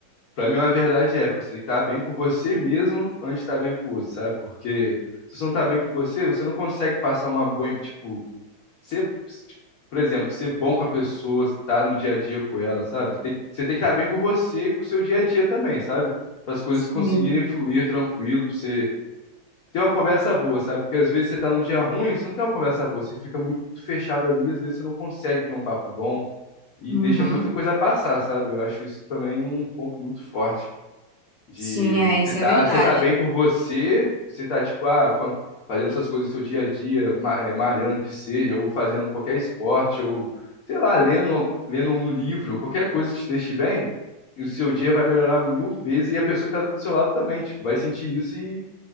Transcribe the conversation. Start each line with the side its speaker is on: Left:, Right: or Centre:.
Left: pra mim, a verdade é, porque você tem que estar bem com você mesmo antes de estar bem com o outro, sabe? Porque se você não tá bem com você, você não consegue passar uma boa, tipo, ser, tipo, por exemplo, ser bom com a pessoa, estar no dia a dia com ela, sabe? Tem- você tem que estar bem com você, com o seu dia a dia também, sabe? Para as coisas conseguirem
Right: Hum.
Left: fluir tranquilo, pra você ter uma conversa boa, sabe? Porque às vezes você tá num dia ruim, você não tem uma conversa boa, você fica muito fechado ali, às vezes você não consegue ter um papo bom e
Right: Uhum.
Left: deixa muita coisa passar, sabe? Eu acho isso também um ponto muito forte. De
Right: Sim, é, isso
Left: você tá,
Right: é verdade.
Left: você tá bem com você, você tá tipo, ah, quan- fazendo essas coisas no seu dia a dia, ma- eh, malhando que seja, ou fazendo qualquer esporte, ou sei lá, lendo, lendo um livro, qualquer coisa que te deixe bem, e o seu dia vai melhorar mil vezes e a pessoa que tá do seu lado também, tipo, vai sentir isso e